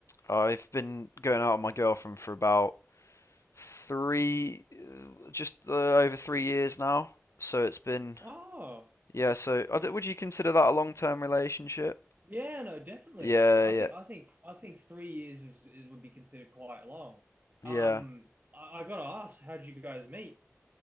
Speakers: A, on the left; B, on the right.
A: I've been going out with my girlfriend for about three, uh, just uh, over three years now. So it's been,
B: Oh,
A: yeah. So I don't- would you consider that a long-term relationship?
B: yeah, no, definitely.
A: Yeah,
B: I
A: yeah,
B: think I think I think three years is, is would be considered quite long.
A: yeah.
B: Um, I, I gotta ask, how'd you guys meet?